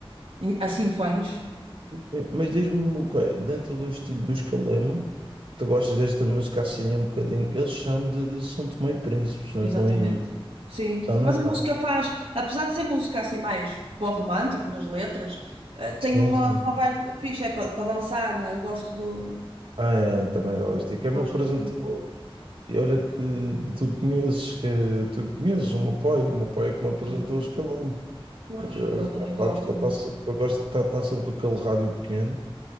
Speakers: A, on the right; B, on the right.
A: em- assim fãs,
B: Sim, sim. Mas diz-me, uma coisa, dentro do estilo dos Calema, tu gostas desta música assim um bocadinho? Eles são de São Tomé e Príncipe, se não
A: exatamente.
B: estou em erro.
A: Sim,
B: São,
A: mas
B: não são?
A: a música faz, apesar de ser música assim mais pó-romântico nas letras, ah, tem
B: Sim,
A: uma,
B: sim.
A: uma vibe fixe, é para dançar, não é? Eu gosto do,
B: Ah, é, também gosto. E quem me
A: gosto
B: apresentou,
A: do estilo,
B: e olha que que tu conheces, que tu conheces o meu pai, o meu pai é que me apresentou
A: sim.
B: os Calema.
A: Pois,
B: Já,
A: ele
B: já
A: também gosta,
B: sabes que
A: não
B: eu, tá,
A: é?
B: se- que eu gosto de estar tá, tá sempre com aquele rádio pequeno,